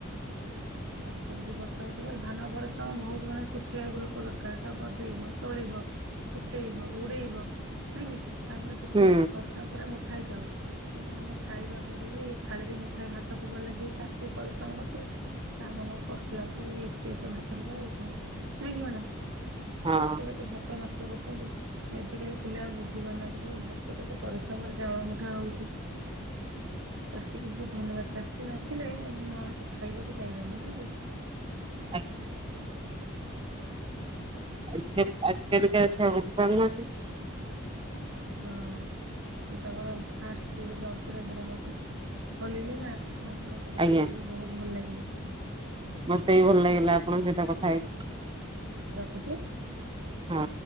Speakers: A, on the right; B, on the right.
A: ଆଉ ତାକୁ ସେ ବଛା ବଛି କରେ ଧାନ ପରିଶ୍ରମ ବୋହୁତ ମାନେ ଶୁଖେଇବାକୁ ଲୋକ ଦରକାର ତାକୁ ଗଦେଇବ ତୋଳିବ କୁଟେଇବ ଉଡେଇବ। ନାଇଁ କି? ତାପରେ କେତେ
B: ହୁଁ
A: ସ ପରିଶ୍ରମ ପରେ ମୁଠା ହେଇ ଚାଉଳ କିନ୍ତୁ ଆମେ ଖାଇବା ପରେ ବି ଥାଳିରେ ମୁଠାଏ ଭାତ ଫୋପାଡିଲା ଯିଏ ଚାଷୀ ପରିଶ୍ରମ କରିଥିବ ତା ମନକୁ କଷ୍ଟ ଲାଗୁଥୁବ ଇଏ ଏତେ ଏତେ ଭାତ ଫୋପାଡି ଦୋଉଚନ୍ତି। ନାଁ କି ମ୍ୟାଡାମ୍?
B: ହଁ
A: କେତେ କେତେ ଭାତ ନଷ୍ ଟ କରୁଚନ୍ତି। ଆଜିକାଲି ପିଲା ଆଉ ବୁଝି ପାରୁନାହାନ୍ତି ଯେ ଭାତ କେତେ ପରିଶ୍ରମରେ ଚାଉଳ ମୁଠା ହୋଉଚି। ଚାଷୀ କି ବୋହୁତ ଧନ୍ୟବାଦ ଚାଷୀ ନଥିଲେ ଆ ମଣିଷ ଖାଇବା କୁ ପାଇବେନି। ନା କି?
B: ଆଜ୍ଞା। ଆଜିିକା ଆଜିିକାଲିିକା ଛୁଆ ଉଠି ପାରୁନାହାନ୍ତି।
A: ହଁ ସେ ତାଙ୍କର ଫାଷ୍ଟ ଫୁଡ ଜଙ୍କ ଫୁଡ଼ ଏଗୁରା କାଉଚନ୍ତି ହଁ ଲିଲି ମା ଆ ଆପଣଙ୍କ ସହିତ
B: ଆଜ୍ଞା
A: କଥା ହେଇକି ବହୁତ ଭଲ ଲାଗିଲା।
B: ମତେ ବି ଭଲ ଲାଗିଲା ଆପଣଙ୍କ ସହିତ କଥା ହେଇକି।
A: ଖଚେ
B: ହଁ।